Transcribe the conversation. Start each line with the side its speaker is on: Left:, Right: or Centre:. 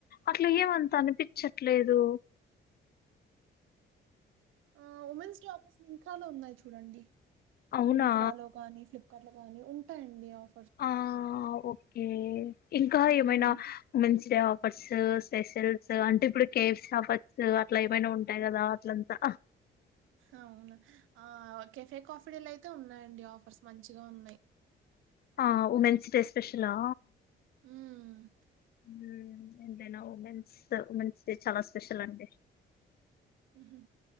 Left: అట్లా ఏమంత అనిపించట్లేదు
Right: ఆ ఉమెన్స్ డే ఆఫర్స్ మింత్ర లో ఉన్నాయి చూడండి
Left: అవునా
Right: మింత్రాలో గానీ ఫ్లిప్కర్ట్ లో గాని ఉంటాయండి ఆఫ్
Left: ఆ ఓకే ఇంకా
Right: ఉమ్
Left: ఏమైనా మంచి డే ఆఫర్స్ స్పెషల్స్ అంటే ఇప్పుడు కేఫ్స్ ఆఫర్స్ అట్లా ఏమైనా ఉంటాయి కదా అట్లంతా
Right: అవునా ఆ కెఫే కాఫిడేలయితే ఉన్నాయండి ఆఫర్స్ మంచిగా ఉన్నాయి
Left: ఆ ఉమెన్స్ డే స్పెషలా
Right: మ్మ్
Left: మ్మ్ ఎంతైనా ఉమెన్స్ ఉమెన్స్ డే చాలా స్పెషల్ అండి
Right: మ్మ్ హ్మ్